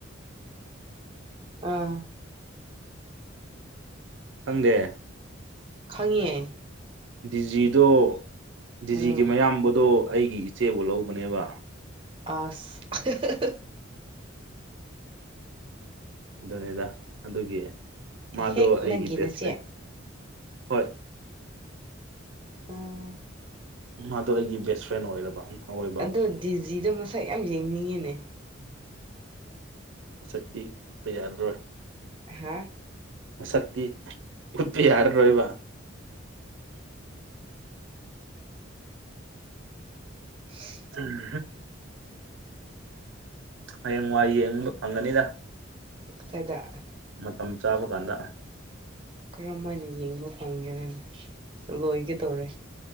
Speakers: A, on the right (about 25°); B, on the right (about 70°).
A: ꯑꯥ
B: ꯈꯪꯗꯦ
A: ꯈꯪꯉꯦ
B: ꯗꯤꯖꯤꯗꯣ ꯗꯤꯖꯤꯒꯤ
A: ꯎꯝ
B: ꯃꯌꯥꯝꯕꯗꯣ ꯑꯩꯒꯤ ꯏꯆꯦꯕꯨ ꯂꯧꯕꯅꯦꯕ
A: <unintelligible>
B: ꯑꯗꯨꯅꯤꯗ ꯑꯗꯨꯒꯤ ꯃꯥꯗꯣ
A: ꯍꯦꯛ
B: ꯑꯩꯒꯤ
A: ꯅꯪꯒꯤ ꯅꯆꯦ
B: ꯕꯦꯁ ꯐ꯭ꯔꯦꯟ ꯍꯣꯏ
A: ꯎꯝ
B: ꯃꯥꯗꯣ ꯑꯩꯒꯤ ꯕꯦꯁ ꯐ꯭ꯔꯦꯟ ꯑꯣꯏꯔꯕ ꯑꯣꯏꯕ
A: ꯑꯗꯣ ꯗꯤꯖꯤꯗꯣ ꯃꯁꯛ ꯌꯥꯝ ꯌꯦꯡꯅꯤꯡꯉꯤꯅꯦ
B: ꯃꯁꯛꯇꯤ ꯎꯠꯄ ꯌꯥꯔꯔꯣꯏ
A: ꯍꯥ
B: ꯃꯁꯛꯇꯤ ꯎꯠꯄ ꯌꯥꯔꯔꯣꯏꯕ
A: <unintelligible>
B: ꯎꯝ ꯍꯌꯦꯡ ꯋꯥ ꯌꯦꯡꯕ ꯐꯪꯒꯅꯤꯗ
A: ꯀꯥꯏꯗ
B: ꯃꯇꯝ ꯆꯥꯕ ꯀꯥꯟꯗ
A: ꯀꯔꯝ ꯃꯥꯏꯅ ꯌꯦꯡꯕ ꯐꯪꯒꯦꯔꯅꯤ ꯂꯣꯏꯒ ꯇꯧꯔꯦ